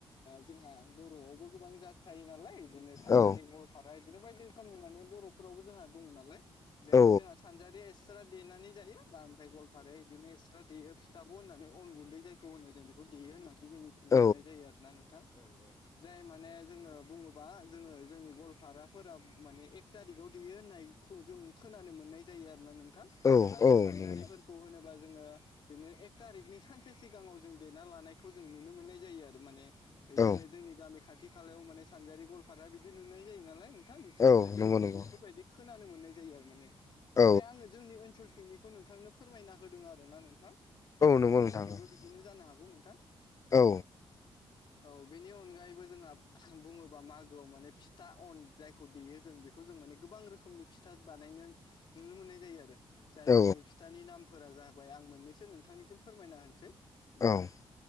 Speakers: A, on the left; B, on the left.
A: जोंहा बर'आवबो गोबां जा थायो नालाय इदिनो सानजारि
B: औ
A: गलपारा बिफोर बायदि रोखोमनि माने बर'फोरावबो जोंहा दङ नालाय बेहायनो
B: औ
A: जोंहा सानजारि एस एक्स्रा देनानै जायो ओमफ्राय गलफाराया बिदिनो एक्स्रा देयो फिथाखौ होननानै अन गुन्दै जायो होनो जों बेखौ देयो होननानै जों मिथिनो
B: औ
A: मोननाय जायो आरोना नोंथां जाय माने जोङो बुङोबा जोङो जोंनि गलपाराफोरा माने एक थारिखआव देयो होननायखौ जों खोनानो मोननाय जायो आरोना नोंथां
B: ओं
A: आरो
B: ओं औ
A: सानजारि
B: नंगौ
A: होनोबा जोङो बिदिनो एक थारिकनि सानसे सिगाङाव जों देना लानायखौ जों नुनो मोननाय जायो आरो माने इदिनो
B: औ
A: जोंनि गामि खाथि खालायाव माने सानजारि गलपारा बिदि नुनाय जायो नालाय थां बिसोरनिफ्राय
B: औ
A: जों
B: नंगौ
A: माने
B: नंगौ
A: बेफोरबायदि खोनानो मोननाय जायो आरो माने
B: औ
A: माने आङो जोंनि ओनसोल थिंनिखौ नोंथांनो फोरमायना होदों आरोना नोंथां औ नोंथांमोनथिंबो
B: नंगौ नोंथां औ
A: बिदिनो जानो हागौ नोंथां
B: औ
A: औ बेनि अनगायैबो जोंहा बुङोबा मागोआव माने फिथा अन जायखौ देयो जों बेखौ जों माने गोबां रोखोमनि फिथा बानायनो नुनो मोननाय जायो आरो जायफोरनि
B: औ
A: फिथानि नामफोरा जाबाय आं मोननैसो नोंथांनिसिम फोरमायना होनोसै नोंथां
B: ओं